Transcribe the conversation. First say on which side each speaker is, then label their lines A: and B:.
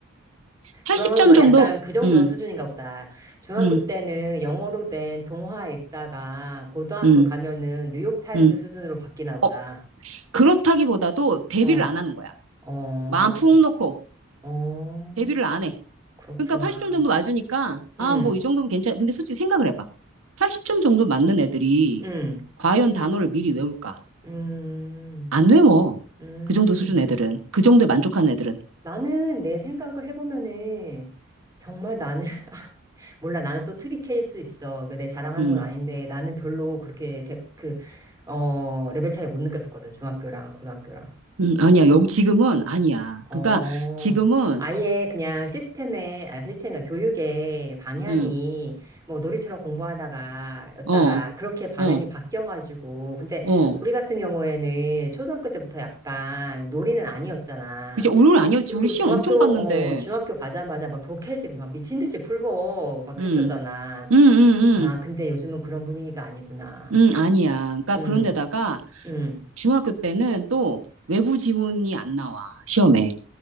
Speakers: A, on the right; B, on the right.
A: 80점
B: 그럼 막
A: 정도,
B: 약간 그 정도
A: 음,
B: 수준인가 보다. 중학교
A: 음,
B: 때는 영어로 된 동화 읽다가 고등학교
A: 음,
B: 가면은 뉴욕타임즈
A: 음.
B: 수준으로 바뀌나 보다.
A: 어, 그렇다기보다도 대비를
B: 어,
A: 안 하는 거야.
B: 어,
A: 마음 푹 놓고
B: 어,
A: 대비를 안 해.
B: 그렇구나.
A: 그러니까 80점 정도 맞으니까, 아,
B: 음,
A: 뭐 이 정도면 괜찮, 근데 솔직히 생각을 해봐. 80점 정도 맞는 애들이
B: 음,
A: 과연 단어를 미리 외울까?
B: 음,
A: 안 외워.
B: 음.
A: 그 정도 수준 애들은. 그 정도에 만족하는 애들은.
B: 나는 내 생각을 해보면은 정말 나는, <laughs> 몰라, 나는 또 특이 케이스 있어. 그내 자랑하는
A: 음,
B: 건 아닌데 나는 별로 그렇게 대- 그, 어, 레벨 차이 못 느꼈었거든. 중학교랑 고등학교랑.
A: 음, 아니야. 여기 지금은 아니야.
B: 어,
A: 그러니까 지금은,
B: 아예 그냥 시스템에, 아, 시스템이 교육의 방향이
A: 음,
B: 뭐 놀이처럼 공부하다가, 였다가,
A: 어,
B: 그렇게 방향이
A: 어,
B: 바뀌어가지고. 근데
A: 어.
B: 우리 같은 경우에는 초등학교 때부터 약간 놀이는 아니었잖아.
A: 그치, 오류는 아니었지.
B: 그리고
A: 우리 시험
B: 중학교,
A: 엄청 봤는데.
B: 어, 중학교 가자마자 막 독해집 막 미친 듯이 풀고 막 그랬었잖아.
A: 음, 음, 음,
B: 아, 근데 요즘은 그런 분위기가 아니구나.
A: 음, 음, 아니야. 그러니까
B: 음,
A: 그런데다가
B: 음.
A: 중학교 때는 또 외부 지문이 안 나와. 시험에.